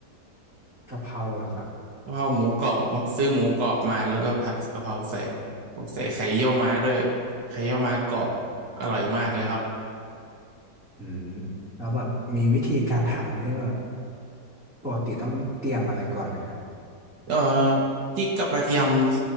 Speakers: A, in the centre; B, on the right.
A: กะเพราเหรอครับ
B: กะเพราหมูกรอบครับซื้อหมูกรอบมาแล้วก็ผัดกะเพราใส่ใส่ไข่เยี่ยวม้าด้วยไข่เยี่ยวม้ากรอบอร่อยมากเลยครับ
A: อืมแล้วแบบมีวิธีการทำที่ว่า ปกติต้องเตรียมอะไรก่อนไหมฮะ
B: เอ่อพริกกับกระเทียมโค